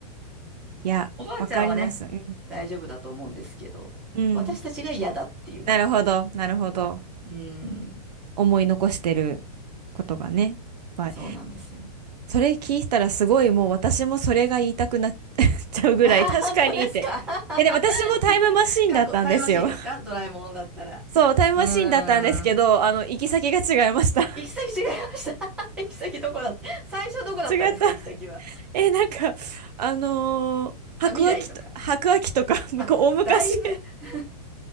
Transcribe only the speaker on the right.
いや、
わかります。うん。
うん。
なるほど、なるほど。
思い残してることがね。いっぱい
それ聞いたらすごいもう私もそれが言いたくなっ <laughs> ちゃうぐらい
<laughs> 確かにって。え、で、私もタイムマシーンだったんですよ。
そう、タイムマシーンだったんですけど、
あの、行き先が違いました。<laughs> 違っ
た、違った。え、なんか、あのー白亜紀と、
白亜紀とか、<laughs> 向こう、
大昔、
<laughs>